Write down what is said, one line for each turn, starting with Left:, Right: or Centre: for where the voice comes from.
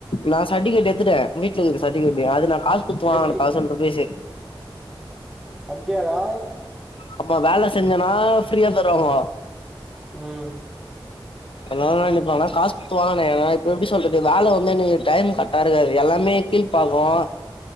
Left: நா சர்டிஃபிகேட் எடுத்துட்டே வீட்டுல இருக்கு சர்டிஃபிகேட் அது நா காசு கொடுத்து வாங்கின
Centre: எப்படி
Left: தவ்சண்ட் ருபீஸ்சூ
Centre: அப் டியா டா
Left: ஆமா வேலை செஞ்சனா ஃப்ரீயா தருவாங்கோ
Centre: ம்
Left: எல்லாரும் என்ன நினைப்பாங்கனா காசு கொடுத்து வாங்கின ஏ இப்ப எப்படி சொல்றது வேலை வந்து எனக்கு டைம் கரெக்டா இருக்காது எல்லாமே கீழ்பாக்கோ